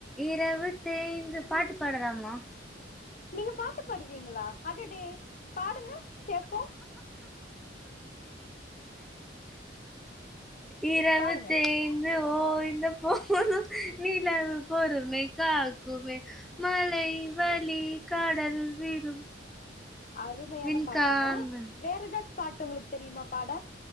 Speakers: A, in the centre; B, on the left.
A: இரவு தேய்ந்து பாட்டு பாடலாமா
B: நீங்க பா ட்டு பாடுவீங்குளா அடடே பாடுங்க கேப்போ
A: இரவுத்தேய்ந்
B: பாடுங்க
A: ஓய்ந்த போதும் நிலவு பொறுமை காக்குமே மலை வலி கடல் விரும்
B: அருமையான
A: விண்காந்தன்
B: பாட்டுங்க வேற எதாச்சு பாட்டு உங்ளுக்கு தெரியுமா பாட